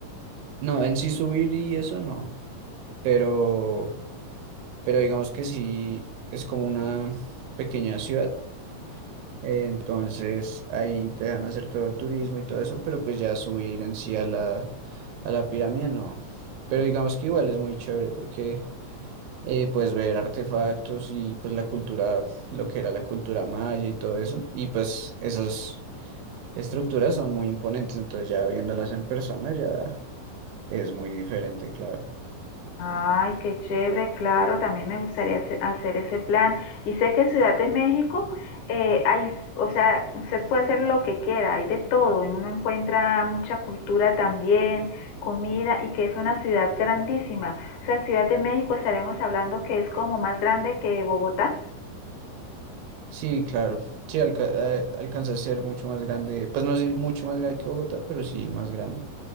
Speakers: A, on the right; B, on the left.
A: No, en sí subir y eso no. Pero, pero digamos que sí, es como una pequeña ciudad Eh, entonces ahí te dejan hacer todo el turismo y todo eso, pero pues ya subir en sí a la, a la pirámide no. Pero digamos que igual es muy chévere porque eh, puedes ver artefactos y pues la cultura, lo que era la cultura maya y todo eso. Y pues esas estructuras son muy imponentes, entonces ya viéndolas en persona ya es muy diferente, claro.
B: Ay, qué chévere, claro, también me gustaría hace- hacer ese plan. Y sé que Ciudad de México, eh, hay, o sea, usted puede hacer lo que quiera, hay de todo, y uno encuentra mucha cultura también, comida, y que es una ciudad grandísima. O sea, Ciudad de México estaremos hablando que es como más grande que Bogotá.
A: Sí, claro. Sí, alca- eh, alcanza a ser mucho más grande. Pues no sé, mucho más grande que Bogotá, pero sí más grande.